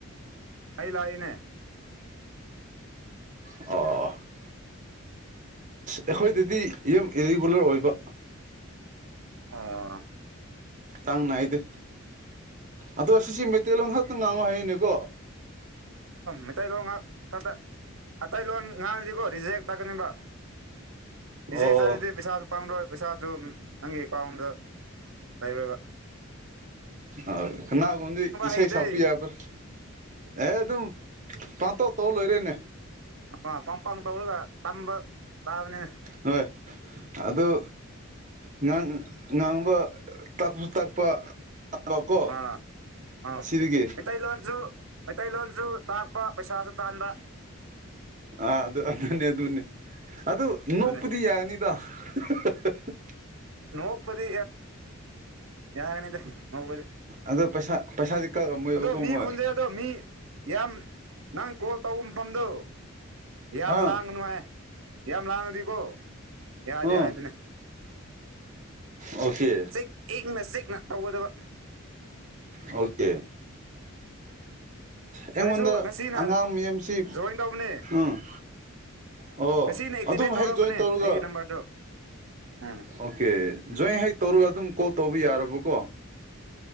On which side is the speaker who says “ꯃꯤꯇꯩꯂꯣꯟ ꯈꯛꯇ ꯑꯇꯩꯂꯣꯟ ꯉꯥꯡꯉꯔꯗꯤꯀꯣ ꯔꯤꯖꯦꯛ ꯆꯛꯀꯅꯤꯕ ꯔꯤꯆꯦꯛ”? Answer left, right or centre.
Right